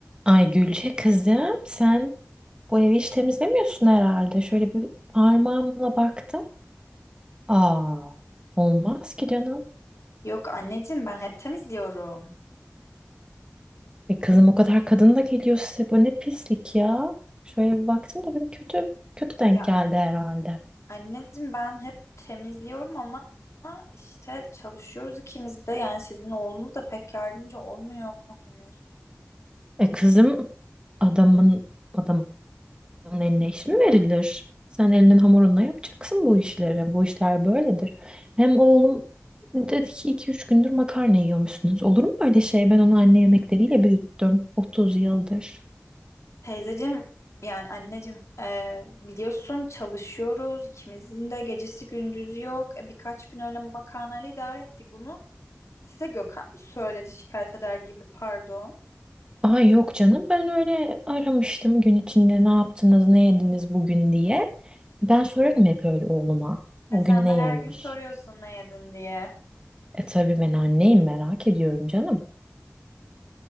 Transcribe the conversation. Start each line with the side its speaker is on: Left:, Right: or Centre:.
Right: Ay Gülce kızım sen bu evi hiç temizlemiyorsun herhalde. Şöyle bir parmağımla baktım. Aa olmaz ki canım.
Left: Yok anneciğim ben hep temizliyorum.
Right: E kızım o kadar kadın da geliyor size. Bu ne pislik ya. Şöyle bir baktım da benim kötü kötü denk
Left: Ya
Right: geldi herhalde.
Left: anneciğim ben hep temizliyorum ama işte çalışıyoruz ikimiz de yani sizin oğlunuz da pek yardımcı olmuyor hani.
Right: E kızım adamın adamın Onun eline iş mi verilir? Sen elinin hamurunla yapacaksın bu işleri. Bu işler böyledir. Hem oğlum dedi ki iki üç gündür makarna yiyormuşsunuz. Olur mu öyle şey? Ben onu anne yemekleriyle büyüttüm 30 yıldır.
Left: Teyzeciğim yani anneciğim e, biliyorsun çalışıyoruz ikimizin de gecesi gündüzü yok. E, birkaç gün öyle makarnayla idare ettik bunu size Gökhan mı söyledi şikayet eder gibi pardon.
Right: Ay yok canım ben öyle aramıştım gün içinde ne yaptınız ne yediniz bugün diye. Ben sorarım hep öyle oğluma.
Left: E,
Right: O
Left: sen
Right: gün ne
Left: de her
Right: yemiş?
Left: gün soruyorsun ne yedin diye.
Right: E tabii ben anneyim merak ediyorum canım.